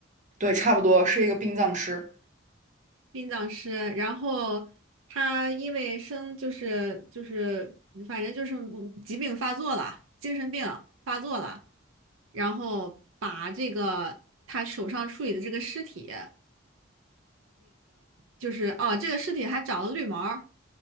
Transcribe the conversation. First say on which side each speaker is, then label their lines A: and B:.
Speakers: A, on the right (about 35°); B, on the right (about 80°).
A: 对，差不多是一个殡葬师，
B: 殡葬师。然后他因为生就是就是，反正就是嗯疾病发作了，精神病发作了，然后把这个他手上处理的这个尸体，就是哦，这个尸体还长了绿毛。